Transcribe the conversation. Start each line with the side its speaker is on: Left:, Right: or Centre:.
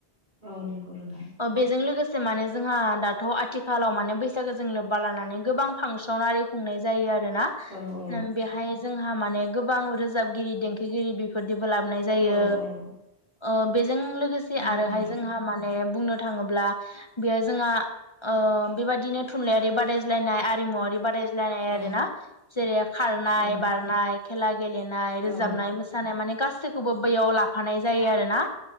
Right: औ नंगौ नोंथां
Left: बेजों लोगोसे माने जोंहा दाथ' आथ थिखालाव माने बैसागो जों लोब्बा लानानै गोबां फांसन आरि खुंनाय जायो आ रोना
Right: औ औ
Left: ओं बेहाय जोंहा माने गोबां रोजाबगिरि देंखोगिरि बेफोर बिदिबो लाबोनाय जायो
Right: औ औ
Left: ओ बेजों लोगोसे
Right: नंगौ
Left: आरोहाय
Right: नोंथां
Left: जोंहा माने बुंनो थांङोब्ला बेयो जोंहा ओ बेबादिनो थुनलाइयारि बादायज्लायनाय आरिमुवरारि बादायज्लायनाय
Right: औ
Left: आरो ना जेरै खारनाय
Right: औ
Left: बारनाय खेला गेलेनाय रोजाबनाय
Right: औ
Left: मोसानाय माने गासैखौबो बैयाव लाफानाय जायो आरो ना